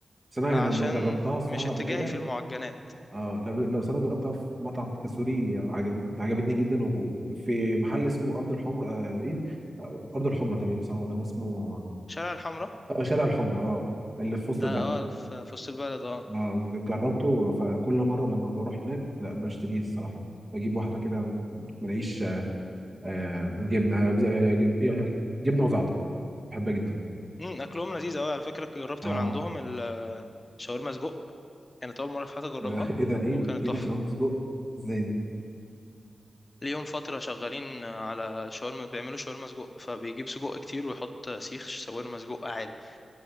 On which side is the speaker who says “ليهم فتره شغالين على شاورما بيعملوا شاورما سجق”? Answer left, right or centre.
Left